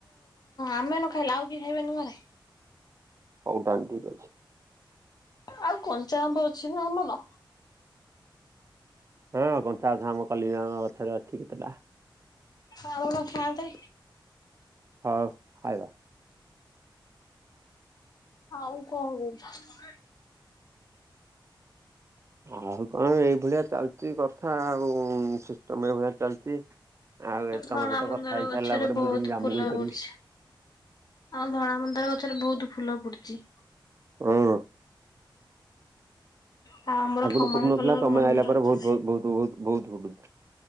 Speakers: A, on the left; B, on the right.
A: ଆମେ ନ ଖାଇଲେ ଆଉ କିଏ ଖାଇବେନି ଘରେ?
B: ହଉ ତାହେଲେ ଠିକ୍ ଅଛି।
A: ଆଉ କଞ୍ଚା ଆମ୍ବ ଅଛି ନା ଆମର?
B: ହଁ କଞ୍ଚାଆମ କଲିଗ ଗଛରେ ଅଛି କେତେଟା?
A: ଆଉଣ ଖାଆନ୍ତେ।
B: ହଉ ଖାଇବା?
A: ଆଉ କଣ କହୁଛୁ?
B: ଆଉ କଣ ଏଇଭଳିଆ ଚାଲିଛି କଥା ଆଉ ସିଷ୍ଟମ ଏଇଭଳିଆ ଚାଲିଛି ଆଉ ଏ ତମ
A: ଧଳା
B: ସହିତ
A: ମନ୍ଦାର
B: କଥା ହେଇ
A: ଗଛରେ
B: ସାରିଲା ପରେ
A: ବହୁତ
B: ମୁଁ ଯେମିତି ଜାମୁକୋଳି
A: ଫୁଲ
B: ପାରିବି।
A: ହଉଛି। ଆଉ ଧଳା ମନ୍ଦାର ଗଛରେ ବହୁତ ଫୁଲ ପୁଟିଛି।
B: ହଁ।
A: ଆଉ ଆମର
B: ଆଗରୁୁ
A: କମଳା
B: ଫୁଟୁ ନଥିଲା
A: କଲର
B: ତମେ
A: ମନ୍ଦାର
B: ଆଣିଲା ପରେ
A: ଅଛି।
B: ବହୁତ ବହୁତ ବହୁତ ବହୁତ ହୁ।